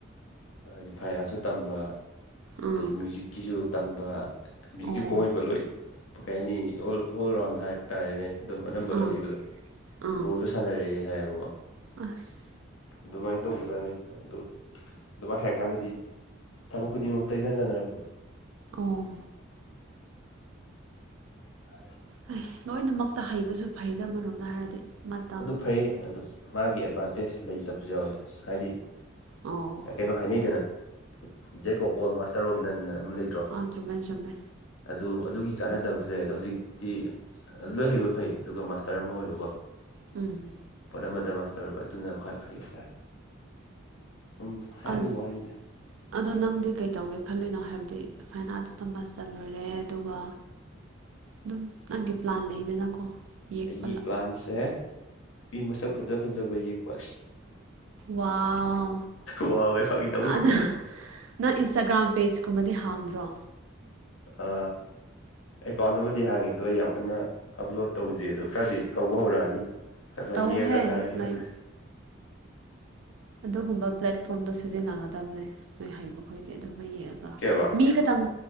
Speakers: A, on the left; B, on the right.
A: ꯍꯥꯏꯗꯤ ꯐꯥꯏꯟ ꯑꯥꯔꯠꯁꯨ ꯇꯝꯕ
B: ꯎꯝ
A: ꯑꯗꯩ ꯃ꯭ꯌꯨꯖꯤꯛꯀꯤꯁꯨ ꯇꯝꯕ ꯃ꯭ꯌꯨꯖꯤꯛꯆꯨ
B: ꯑꯣ ꯑꯥ ꯑꯣ
A: ꯈꯣꯡ ꯍꯩꯕ ꯂꯣꯏ ꯀꯩ ꯍꯥꯏꯅꯤ ꯑꯣꯜ ꯔꯥꯎꯟꯗ ꯍꯥꯏ ꯇꯥꯔꯦꯅꯦ ꯑꯗꯨꯝ ꯑꯅꯝꯕ
B: ꯑꯥ
A: ꯂꯣꯏ ꯍꯩꯕꯗꯣ
B: ꯑꯥ
A: ꯕꯣꯜꯖꯨ ꯁꯥꯟꯅꯔꯛꯑꯦ ꯍꯥꯏꯌꯦꯕꯀꯣ
B: ꯑꯁ
A: ꯑꯗꯨꯃꯥꯏ ꯇꯧꯕꯖꯥꯅꯤ ꯑꯗꯨ ꯑꯗꯨꯃꯥꯏ ꯍꯩꯔꯀꯥꯟꯗꯗꯤ ꯊꯕꯛ ꯈꯨꯗꯤꯡꯃꯛꯇ ꯏꯆꯟ ꯆꯟꯅꯔꯛꯄꯗꯣ
B: ꯑꯣ
A: <unintelligible>
B: ꯍꯩ ꯂꯣꯏꯅꯃꯛꯇ ꯍꯩꯕꯁꯨ ꯐꯩꯗ ꯑꯃꯔꯣꯝꯗ ꯍꯥꯏꯔꯗꯤ ꯃꯇꯝ
A: ꯑꯗꯨ ꯐꯩ ꯑꯗꯨ ꯃꯥꯒꯤ ꯑꯦꯗꯚꯥꯟꯇꯦꯖ ꯂꯩꯇꯕꯁꯨ ꯌꯥꯎꯋꯤꯗ ꯍꯥꯏꯗꯤ
B: ꯑꯣ
A: ꯀꯩꯅꯣ ꯍꯥꯏꯅꯩꯗꯅ jack of all master of none ꯑꯅ ꯑꯃ ꯂꯩ
B: ꯑꯥ ꯆꯨꯝꯃꯦ - ꯆꯨꯝꯃꯦ꯫
A: ꯑꯗꯨ ꯑꯗꯨꯒꯤ ꯀꯥꯟꯅꯗꯕꯁꯨ ꯂꯩ ꯑꯗꯣ ꯍꯧꯖꯤꯛꯇꯤ ꯂꯣꯏ ꯍꯩꯕ ꯐꯩ ꯑꯗꯨꯒ ꯃꯥꯁꯇꯔ ꯑꯃ ꯑꯣꯏꯕꯀꯣ
B: ꯎꯝ
A: ꯄꯣꯠ ꯑꯃꯗ ꯃꯥꯁꯇꯔ ꯑꯣꯏꯕ ꯑꯗꯨꯅ ꯈ꯭ꯋꯥꯏ ꯐꯩ ꯍꯥꯏꯇꯥꯔꯦ꯫ ꯁꯨꯝ ꯍꯥꯏꯕꯩ
B: ꯎꯝ
A: ꯋꯥꯅꯤꯗ
B: ꯑ ꯑꯗꯣ ꯅꯪꯗꯤ ꯀꯩꯇꯧꯒꯦ ꯈꯜꯂꯤꯅꯣ ꯍꯥꯏꯕꯗꯤ ꯐꯥꯏꯟꯑꯥꯔꯁꯇ ꯃꯥꯁꯇꯔ ꯂꯣꯏꯔꯦ ꯑꯗꯨꯒ ꯑꯗꯨꯝ ꯅꯪꯒꯤ ꯄ꯭ꯂꯥꯟ ꯂꯩꯗꯅꯀꯣ ꯌꯦꯛꯄ
A: ꯑꯩꯒꯤ ꯄ꯭ꯂꯥꯟꯁꯦ ꯅꯨꯄꯤ ꯃꯁꯛ ꯐꯖ ꯐꯖꯕ ꯌꯦꯛꯄ
B: ꯋꯥꯎ
A: ꯋꯥꯎꯋꯦ ꯐꯥꯒꯤ ꯇꯧꯕꯅꯦ
B: ꯑꯗ ꯅꯪ ꯏꯟꯁꯇꯥꯒ꯭ꯔꯥꯝ ꯄꯦꯖꯀꯨꯝꯕꯗꯤ ꯍꯥꯡꯗ꯭ꯔꯣ
A: ꯑ ꯑꯦꯀꯥꯎꯟ ꯑꯃꯗꯤ ꯍꯥꯡꯉꯤ ꯑꯗꯣ ꯑꯩ ꯌꯥꯝ ꯀꯟꯅ ꯑꯞꯂꯣꯗ ꯇꯧꯗꯦ ꯑꯗꯣ ꯈꯔꯗꯤ ꯇꯧꯕ ꯍꯧꯔꯛꯑꯅꯤ ꯈꯔ ꯈꯔ
B: ꯇꯧꯍꯦ
A: ꯌꯦꯛꯑꯒ ꯊꯥꯒꯠꯀꯦ
B: ꯂꯥꯏꯛ
A: ꯈꯜꯂꯤ
B: ꯑꯗꯨꯒꯨꯝꯕ ꯄ꯭ꯂꯦꯠꯐꯣ꯭ꯔꯝꯗ ꯁꯤꯖꯤꯟꯅꯒꯗꯕꯅꯦ ꯅꯣꯏ ꯍꯩꯕ ꯈꯣꯏꯗꯤ ꯑꯗꯨꯝꯕ ꯌꯦꯛꯑꯒ
A: ꯀꯩꯕ
B: ꯃꯤ ꯈꯇꯪ